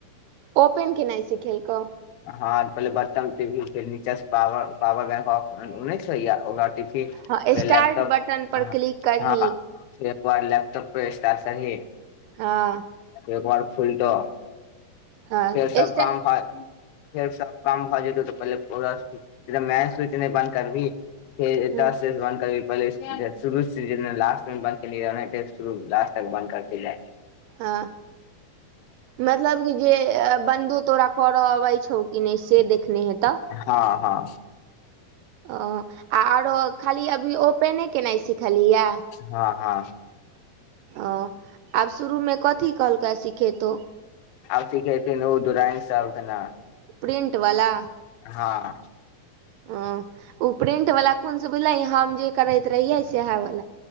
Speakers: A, on the right (about 85°); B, on the left (about 80°).
A: ओपेन केनइ सिखेलको।
B: हँ पहिले बर्न पे भी फेर नीच से प पर बैंकऑ हो फि फी फेर
A: हँ स्टार्ट
B: लेपटॉप
A: बटन पर
B: हँ
A: क्लिक करही
B: हँ। एकबार लेपटॉप पे स्टारस ही।
A: हँ।
B: एक बार फुलटो
A: हँ
B: फेर सब
A: स्टार्ट
B: काम ह फेर सब काम भऽ जेतौ तऽ पहिले ओकरा मैन सच नहि बन्द करबही। फेर एतासे
A: हूँ
B: बन करी। पहले शुरू से लास्ट मे ब क श लास्ट तक बन्द करत रहै।
A: हँ मतलब कि जे बन्दु तोरा करऽ अबै छौ की नहि से देखने हेतऽ।
B: हँ हँ।
A: अ आरो खाली अभी ओपेने केनाइ सिखलीेये।
B: हँ हँ।
A: ओ आब शुरूमे कथी कहलकै सिखेतहु।
B: आब सिखेतुन उ ड्राइंग सब केना।
A: प्रिंट वला।
B: हँ।
A: हँ ओ प्रिंट वाला कोन से बुझले हम जे करेैत रहिये। सेहा वला।